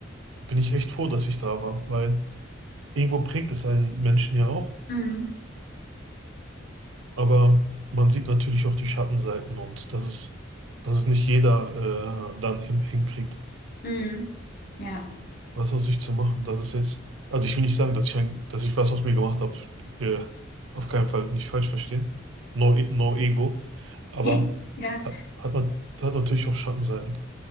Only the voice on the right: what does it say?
bin ich echt froh, dass ich da war, weil irgendwo prägt es einen Menschen ja auch,
aber man sieht natürlich auch die Schattenseiten und dass es, dass es nicht jeder äh, dann hin, hinkriegt.
was aus sich zu machen. Das ist jetzt, also ich will nicht sagen, dass ich ein, dass ich was aus mir gemacht habe. Äh, auf keinen Fall nicht falsch verstehen. No, e- no ego. Aber
hat, hat man, hat natürlich auch Schattenseiten.